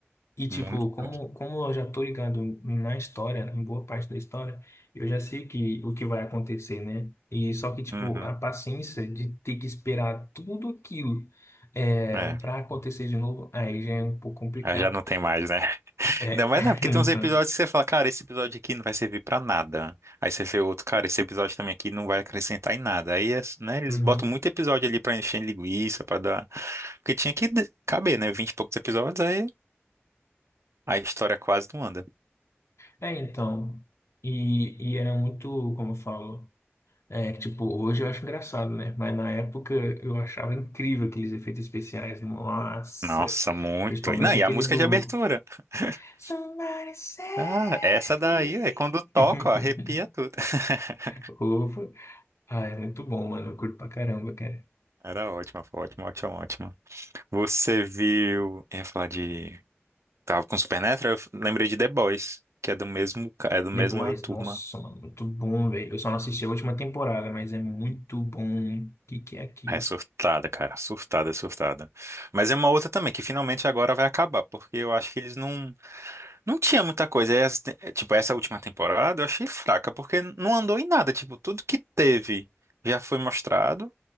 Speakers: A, on the left; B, on the right.
A: E, tipo,
B: Muito.
A: como, como eu já tô ligado na história, em boa parte da história, eu já sei que, o que vai acontecer, né? E só que, tipo,
B: Uhum.
A: a paciência de ter que esperar tudo aquilo é,
B: É.
A: para acontecer de novo, aí já é um pouco complicado.
B: Ah, Já não tem mais, né?
A: É,
B: Ainda mais
A: <laughs>
B: não, porque tem uns episódios
A: então.
B: que você fala, cara, esse episódio aqui não vai servir pra nada. Aí você vê outro, cara, esse episódio também aqui não vai acrescentar em nada. Aí, é- né, eles
A: uhum.
B: botam muito episódio ali pra encher linguiça, pra dar. Porque tinha que d- caber, né? Vinte e poucos episódios, aí a história quase não anda.
A: É, então. E, e era muito, como eu falo, é, que, tipo, hoje eu acho engraçado, né? Mas na época eu achava incrível aqueles efeitos especiais. Nossa!
B: Nossa, muito.
A: Principalmente
B: E Não, e
A: aquele
B: a música
A: do
B: é de abertura? <laughs>
A: Somebody save
B: Ah, essa daí,
A: me.
B: é quando toca,
A: <laughs>
B: ó, arrepia tudo. <laughs>
A: Opa. Ah, é muito bom, mano. Eu curto pra caramba, cara.
B: Era ótima, foi ótima, ótima, ótima. Você viu. Eu ia falar de. Tava com Supernatural, eu f- lembrei de The Boys, que é do mesmo, ca- é do mesma
A: Depois,
B: turma.
A: nossa, mano, muito bom, velho. Eu só não assisti a última temporada, mas é muito bom. O que que é aquilo?
B: É surtada, cara, surtada, surtada. Mas é uma outra também que finalmente agora vai acabar, porque eu acho que eles não não tinha muita coisa. É, as- é, tipo, essa última temporada eu achei fraca, porque não andou em nada, tipo, tudo que teve já foi mostrado.